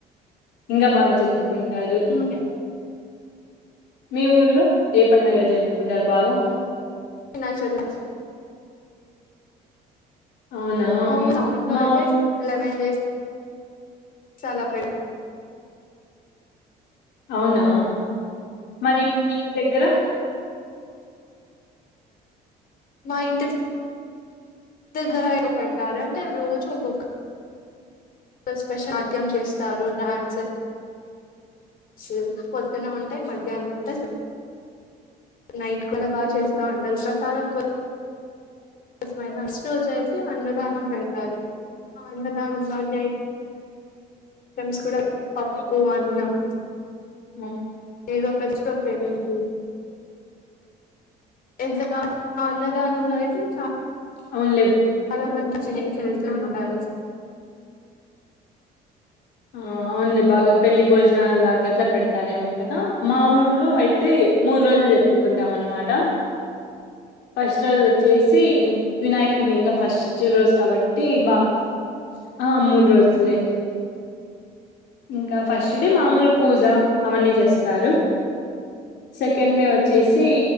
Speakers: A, on the left (about 80°); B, on the left (about 55°).
A: ఇంకా బాగా జరుపుకుంటారు ఉహు
B: ఉమ్.
A: మీ ఊర్లో ఏ పండగ జరుపుకుంటారు బాగా
B: వినాయచవితి వొచ్చి
A: అవునా
B: అవును టౌన్ లో
A: మా
B: అయితే లెవెన్ డేస్ చాలా ప్ర
A: అవునా మరి మీకు దగ్గర
B: మా ఇంటది దగ్గర ఎవరు పేడతారు అంటే రోజు ఒక్కొక్క నాట్యం సాధ్యం చేస్తారు డాన్సర్ చూ పొద్దున ఉంటాయి మధ్యాహ్నం ఉంటాయి నైట్ కల బాగా చేస్తా ఉంటారు ప్రసాదం కో <unintelligible> చేసి అన్నదానం పెడతారు ఆ అన్నదానంలో అన్య నేమ్స్ కూడా పప్పు అన్నం
A: అ
B: ఏదో తెచ్చుకో పెరుగు ఎంతక అన్నదానంలో అయితే చాలా
A: అవునులే
B: చాలా మంచికళ్తూ ఉంటారు
A: ఆ అవును లె పెళ్ళలి భోజన ఎట్లా పెడతారేమో కదా మా ఊర్లో అయితే మూడు రోజులు జరుపుకుంటామన్న అమాట
B: ఆ
A: ఫస్ట్ రోజు వచ్చేసి వినాయకుని ఇంకా ఫస్ట్ రోజు కాబట్టి బా ఆ మూడు రోజులే ఇంకా ఫస్ట్ డే మామూలు పూజ అవన్నీ చేస్తారు సెకండ్ డే వచ్చేసి